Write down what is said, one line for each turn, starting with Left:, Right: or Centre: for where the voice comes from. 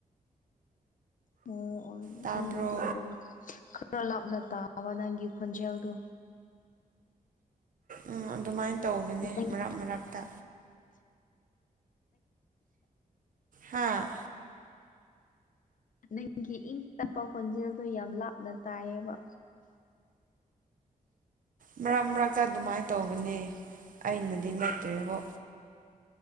Left: ꯑꯣ ꯑꯣꯏꯕ
Right: ꯇꯥꯕ꯭ꯔꯣ
Left: ꯈꯪꯗꯦ ꯑꯗꯨ ꯑꯣꯏꯕ ꯈꯔ ꯂꯥꯞꯅ ꯇꯥꯕ ꯅꯪꯒꯤ ꯍꯣꯟꯖꯦꯜꯗ
Right: ꯎꯝ ꯑꯗꯨꯃꯥꯏꯅ ꯇꯧꯕꯅꯦ
Left: ꯅꯪꯒꯤ
Right: ꯃꯔꯛ ꯃꯔꯛꯇ ꯍꯥꯥ
Left: ꯅꯪꯒꯤ ꯏꯪ ꯇꯞꯄ ꯈꯣꯟꯖꯦꯜꯗꯨꯣ ꯌꯥꯝ ꯂꯥꯞꯅ ꯇꯥꯏꯌꯦꯕ
Right: ꯃꯔꯛ ꯃꯔꯛꯇ ꯑꯗꯨꯃꯥꯏꯅ ꯇꯧꯕꯅꯦ ꯑꯩꯅꯗꯤ ꯅꯠꯇ꯭ꯔꯦꯕꯨ